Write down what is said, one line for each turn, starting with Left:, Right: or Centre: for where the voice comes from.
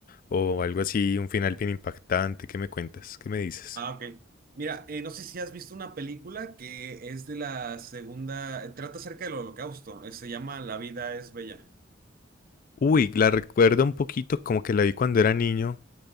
Left: o algo así, un final bien impactante. ¿Qué me cuentas? ¿Qué me dices?
Right: Ah, ok. Mira, eh, no sé si has visto una película que es de la segunda, trata acerca del Holocausto, eh, se llama La vida es bella.
Left: Uy, la recuerdo un poquito, como que la vi cuando era niño,